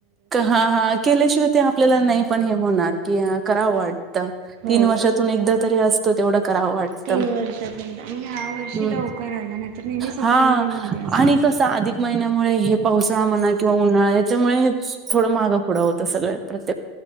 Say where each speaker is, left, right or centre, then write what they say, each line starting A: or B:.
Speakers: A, on the right; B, on the right.
A: हा हा केल्याशिवाय ते आपल्याला नाही पण हे होणार की, करा वाटत
B: हो
A: तीन वर्षातून एकदा तरी अस - तेवढं करावं वाटत
B: तीन वर्षात एकदा आणि ह्या वर्षी
A: हं
B: लवकर आला नाही तर नेहमी सप्टेंबरमध्ये
A: हा
B: असतो
A: आणि कसा अधिक महिना - मुळे हे पावसाळा म्हणा किंवा उन्हाळ्याच्यामुळे हे थोडा माघपुुढ होत सगळ्या प्रत्ये